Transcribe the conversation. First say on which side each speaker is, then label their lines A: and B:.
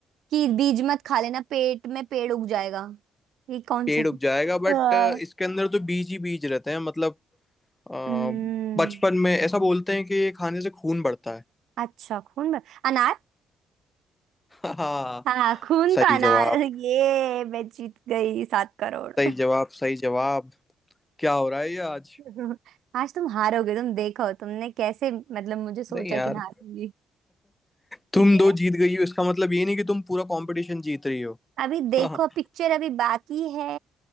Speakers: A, on the right; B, on the left.
A: कि बीज मत खा लेना पेट में पेड़ उग जाएगा ये कौन
B: पेड़
A: सा है?
B: उग जाएगा बट
A: हाँ
B: इसके अंदर तो बीज ही बीज रहते हैं मतलब अ,
A: हम्म
B: बचपन में ऐसा बोलते हैं कि ये खाने से खून बढ़ता है
A: अच्छा खून में अनार
B: <laughs> हाँ हाँ।
A: हाँ खून
B: सही
A: तो अनार
B: जवाब
A: ये मैं जीत गई सात करोड़
B: सही जवाब सही जवाब क्या हो रहा है ये आज
A: <laughs> आज तुम हारोगे तुम देखो तुमने कैसे मतलब मुझे सोचा
B: नहीं यार
A: कि मैं हारूंगी
B: तुम
A: ठीक
B: दो
A: है
B: जीत गई हो इसका मतलब ये नहीं कि तुम पूरा कंपटीशन जीत रही हो
A: अभी देखो
B: <laughs>
A: पिक्चर अभी बाकी है